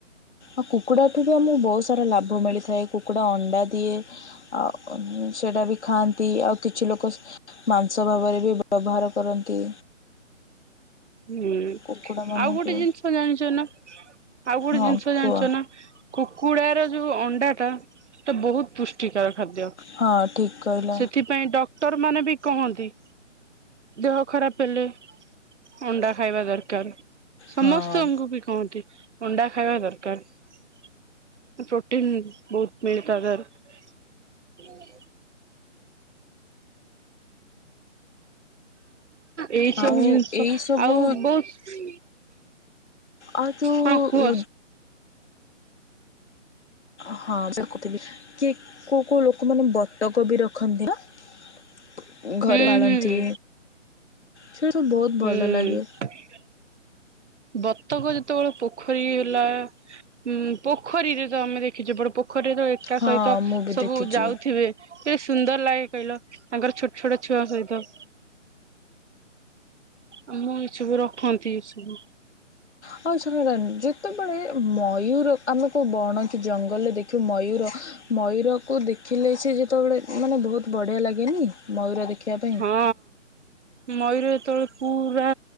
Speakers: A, on the left; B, on the right.
A: ଆଉ କୁକୁଡ଼ା ଠୁ ବି ଆମକୁ ବହୁତ ସାରା ଲାଭ ମିଳିଥାଏ। କୁକୁଡ଼ା ଅଣ୍ଡା ଦିଏ। ଆଉ ସେଇଟା ବି ଖାଆନ୍ତି। ଆଉ କିଛି ଲୋକ ମାଂସ ଭାବରେ ବି ବ୍ୟବହାର କରନ୍ତି।
B: ହୁଁ,
A: କୁକୁଡ଼ାମାନଙ୍କୁ
B: ଆଉ ଗୋଟେ ଜିନିଷ ଜାଣିଛ ନା ଆଉ ଗୋଟେ
A: ହଁ
B: ଜିନିଷ ଜାଣିଛ
A: କୁହ
B: ନା କୁକୁଡା ର ଯୋଉ ଅଣ୍ଡା ଟା ତ ବହୁତ ପୁଷ୍ଟ ପୃଷ୍ଟିକର ଖାଦ୍ୟ।
A: ହଁ ଠିକ୍ କହିଲ
B: ସେଥି ପାଇଁ ଡକ୍ଟର ମାନେ ବି କହନ୍ତି ଦେହ ଖରାପ ହେଲେ ଅଣ୍ଡା ଖାଇବା ଦରକାର। ସମସ୍ତେ
A: ହଁ
B: ଆମକୁ ବି କହନ୍ତି ଅଣ୍ଡା ଖାଇବା ଦରକାର। ପ୍ରୋଟିନ୍ ବହୁତ ମିଳେ ତା ଦେହରୁ। ଏଇ ସବୁ
A: ଆଉ
B: ଜିନିଷ
A: ଏଇସବୁ
B: ଆଉ ବହୁତ
A: ଆଉ ତୁ
B: ହଁ କୁହ
A: ଉ ହଁ ଦେଖୁଥିଲି କିଏ କୋଉ କୋଉ ଲୋକ ମାନେ ବତକ ବି ରଖୁ ରଖନ୍ତି ନା ଘରେ
B: ହୁଁ
A: ପାଳନ୍ତି।
B: ହୁଁ ହୁଁ
A: ସେଟା ସବୁ
B: ହୁଁ।
A: ବହୁତ ଭଲ ଲାଗେ
B: ବତକ ଯେତେବେଳେ ପୋଖରୀ ହେଲା ଉଁ ପୋଖରୀରେ ତ ଆମେ ଦେଖିଛୁ ବଡ ପୋ ପୋଖରୀର ଏକା
A: ହଁ
B: ସହିତ
A: ମୁଁ ବି
B: ସବୁ
A: ଦେଖିଛି
B: ଯାଉଥିବେ କେତେ ସୁନ୍ଦର ଲାଗେ। କହିଲ ତାଙ୍କର ଛୋଟ ଛୋଟ ଛୁଆ ସହିତ। ଆଉ ମୋ <unintelligible> ଏସବୁ ରଖନ୍ତି ଏସବୁ।
A: ହଉ <unintelligible> ଯେତେବେଳେ ମୟୂର ଆମେ କେଉଁ ବଣ କି ଜଙ୍ଗଲରେ ଦେଖିବୁ ମୟୂର ମୟୂରକୁ ଦେଖିଲେ ସେ ଯେତେବେଳେ ମାନେ ବହୁତ ବଢିଆ ଲାଗେନି ମୟୂର ଦେଖିବା ପାଇଁ।
B: ହଁ ମୟୂର ଯେତେବେଳେ ପୁରା